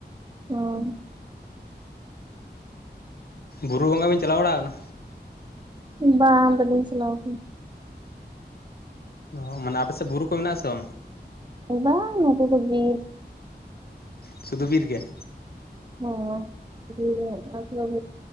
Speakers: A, on the right; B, on the left.
A: ᱦᱩᱸ
B: ᱵᱩᱨᱩ ᱵᱚᱸᱜᱟ ᱵᱤᱱ ᱪᱟᱞᱟᱣ ᱵᱟᱲᱟ ᱠᱟᱱᱟ?
A: ᱵᱟᱝ ᱵᱟᱞᱤᱧ ᱪᱟᱞᱟᱣ ᱠᱟᱱᱟ।
B: ᱚᱻ ᱢᱟᱱᱮ ᱟᱯᱮᱥᱮᱫ ᱵᱩᱨᱩ ᱠᱚ ᱢᱮᱱᱟᱜᱼᱟ ᱥᱮ ᱵᱟᱝ?
A: ᱵᱟᱝ ᱱᱚᱛᱮ ᱫᱚ ᱵᱤᱨ।
B: ᱥᱩᱫᱷᱩ ᱵᱤᱨ ᱜᱮ?
A: ᱦᱮᱸ ᱵᱤᱨ ᱜᱮ ᱦᱟᱸᱜ